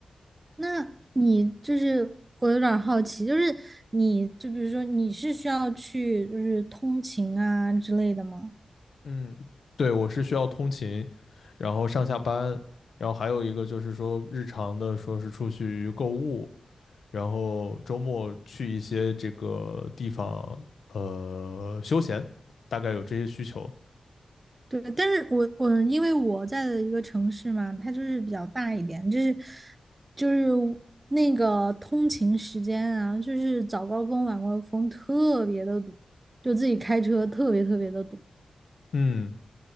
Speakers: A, on the right; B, on the left.
A: 那你就是我有点儿好奇，就是你就比如说你是需要去就是通勤啊之类的吗？
B: 嗯对，我是需要通勤，然后上下班，然后还有一个就是说日常的，说是出去购物，然后周末去一些这个地方，呃，休闲，大概有这些需求。
A: 对，但是我我因为我在的一个城市嘛，它就是比较大一点，就是就是那个通勤时间啊，就是早高峰、晚高峰特别的堵，就自己开车特别特别的堵。
B: 嗯，